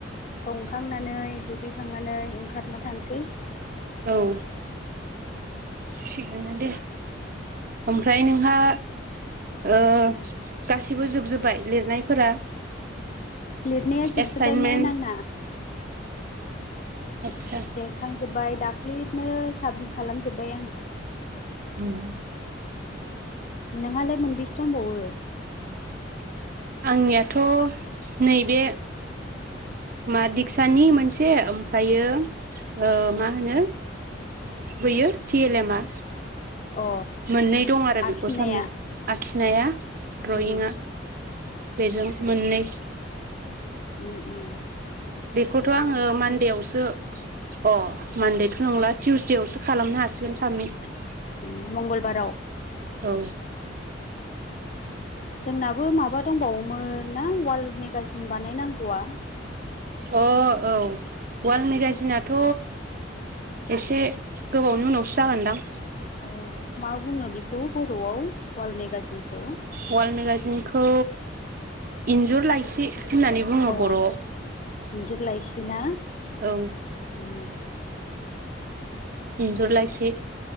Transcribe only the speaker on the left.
संखांनानै दुगैखांनानै ओंखारना थांसै।
लिरनाया जोबजोब्बायमोन
आंना।
लेरखांजोबबाय दाख्लिनो साबमिट खालामजोब्बाय आं।
नोंहालाय मोनबैसो दंबावो?
अ
आखिनाया
उम
उ उ।
ओम मंगलबाराव।
जोंनाबो माबा दंबावोमोन ना वाल मेगाजिन बानायनांगौआ ।
औ मा बुङो बेखौ बर'आव वाल मेगाजिनखौ?
अ
इन्जुर लाइसि ना?
उम